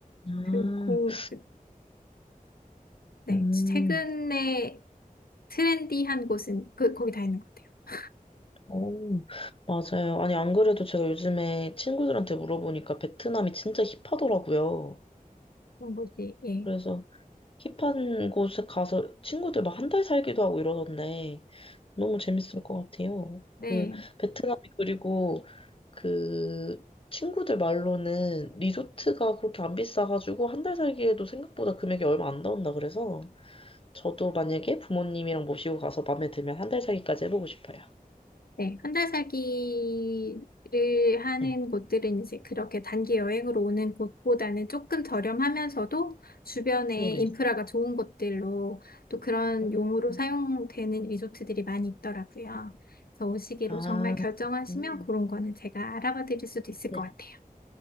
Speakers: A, on the left (about 40°); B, on the left (about 85°).
A: 아,
B: 그 공, 네,
A: 음,
B: 최근에 트렌디한 곳은 그 거기 다 있는 것 같아요.
A: 오, 맞아요. 아니, 안 그래도 제가 요즘에 친구들한테 물어보니까 베트남이 진짜 힙하더라고요.
B: 그런 곳이 예,
A: 그래서 힙한 곳에 가서 친구들 막 한 달 살기도 하고 이러던데 너무 재밌을 것 같아요.
B: 네.
A: 그 베트남이 그리고 그 친구들 말로는 리조트가 그렇게 안 비싸가지고 한 달 살기에도 생각보다 금액이 얼마 안 나온다 그래서 저도 만약에 부모님이랑 모시고 가서 마음에 들면 한 달 살기까지 해보고 싶어요.
B: 네, 한 달 살기를 하는
A: 네.
B: 곳들은 이제 그렇게 단기 여행으로 오는 곳보다는 조금 저렴하면서도 주변에
A: 네네.
B: 인프라가 좋은 곳들로 또 그런
A: 음.
B: 용으로 사용되는 리조트들이 많이 있더라고요. 그래서 오시기로
A: 아,
B: 정말 결정하시면
A: 그렇구나.
B: 그런 거는 제가 알아봐 드릴 수도 있을
A: 네.
B: 것 같아요.